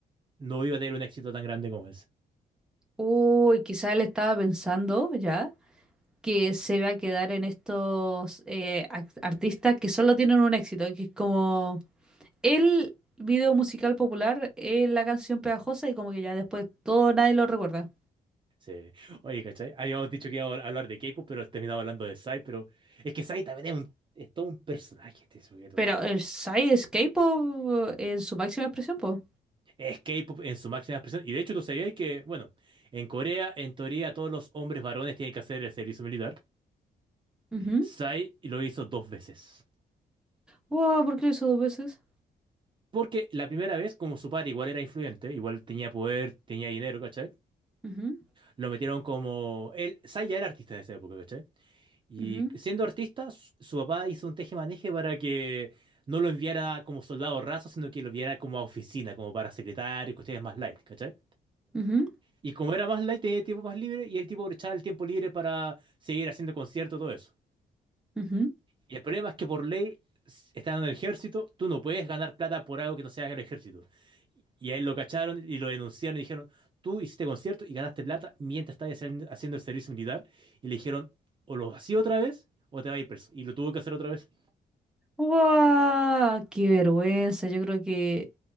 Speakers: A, on the right (about 30°); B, in the centre.
A: no iba a tener un éxito tan grande como ese.
B: Uy, quizá él estaba pensando ya que se va a quedar en estos eh, ac- artistas que solo tienen un éxito, que es como el video musical popular, eh, la canción pegajosa y como que ya después todo nadie lo recuerda.
A: Sí. Oye, ¿cachai? Habíamos dicho que íbamos a hablar de K-pop, pero terminamos hablando de Psy, pero es que Psy también es, un- es todo un personaje este sujeto.
B: Pero el Psy es K-pop en su máxima expresión, po.
A: Es K-pop en su máxima expresión. Y de hecho, tú sabías que, bueno, en Corea, en teoría, todos los hombres varones tienen que hacer el servicio militar.
B: Ujú.
A: Psy lo hizo dos veces.
B: Wow, ¿por qué lo hizo dos veces?
A: Porque la primera vez, como su padre igual era influyente, igual tenía poder, tenía dinero, ¿cachai?
B: Ujú,
A: Lo metieron como... Él, Psy ya era artista en esa época, ¿cachai? Y
B: ujú,
A: siendo artista, su su papá hizo un tejemaneje para que no lo enviara como soldado raso, sino que lo enviara como a oficina, como para secretario y cuestiones más light, ¿cachai?
B: ujú,
A: Y como era más light, tenía tiempo más libre y el tipo aprovechaba el tiempo libre para seguir haciendo conciertos, todo eso.
B: ujú.
A: Y el problema es que por ley, s- estando en el ejército, tú no puedes ganar plata por algo que no sea el ejército. Y a él lo cacharon y lo denunciaron y dijeron, tú hiciste conciertos y ganaste plata mientras estabas haciendo haciendo el servicio militar. Y le dijeron, o lo hacía otra vez o te vas a ir preso. Y lo tuvo que hacer otra vez.
B: ¡Guau! ¡Qué vergüenza! Yo creo que.